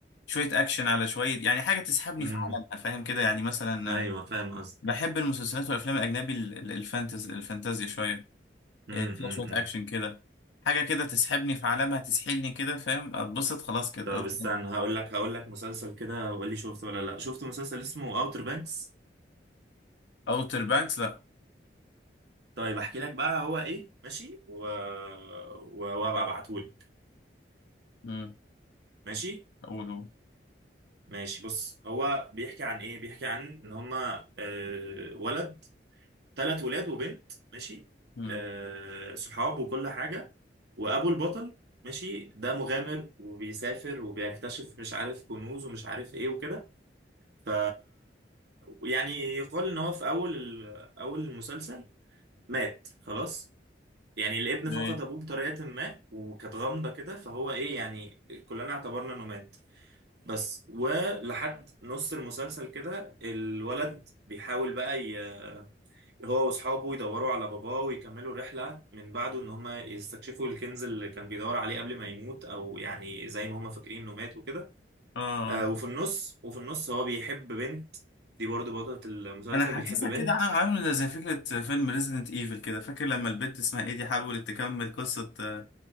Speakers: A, on the left; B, on the right.
A: شويه اكشن على شويه يعني حاجه تسحبني
B: امم
A: في عالمها فاهم كده يعني مثلا
B: ايوه
A: آه،
B: فاهم قصدي
A: بحب المسلسلات والافلام الاجنبي ال- ال- الفانتز الفانتازيا شويه
B: امم
A: آه، فيها
B: امم،
A: شويه
B: امم.
A: اكشن كده حاجه كده تسحبني في عالمها تسحلني كده فاهم اتبسط خلاص كده
B: طب استنى هقول لك هقول لك مسلسل كده وقول لي شفته ولا لا شفت مسلسل اسمه اوتر بانكس
A: اوتر بانكس لا
B: طيب احكي لك بقى هو ايه ماشي و... و... وابقى ابعتهولك
A: مم.
B: ماشي
A: اقوله
B: ماشي بص هو بيحكي عن ايه بيحكي عن ان هما آه، ولد ثلاث ولاد وبنت ماشي
A: امم
B: آه، صحاب وكل حاجة وابو البطل ماشي ده مغامر وبيسافر وبيكتشف مش عارف كنوز ومش عارف ايه وكده ف يعني يقال ان هو في اول ال... اول المسلسل مات خلاص يعني الابن
A: ليه
B: فقد ابوه بطريقه ما وكانت غامضه كده فهو ايه يعني كلنا اعتبرنا انه مات بس ولحد نص المسلسل كده الولد بيحاول بقى ي... هو واصحابه يدوروا على باباه ويكملوا رحله من بعده ان هم يستكشفوا الكنز اللي كان بيدور عليه قبل ما يموت او يعني زي ما هم فاكرين انه مات وكده
A: اه
B: آه
A: آه.
B: وفي النص وفي النص هو بيحب بنت دي برضه بطلة المسلسل
A: انا حاسسها
B: بيحب بنت
A: كده عا- عامله زي فكره فيلم ريزيدنت ايفل كده فاكر لما البت اسمها ايدي حاولت تكمل قصه آه،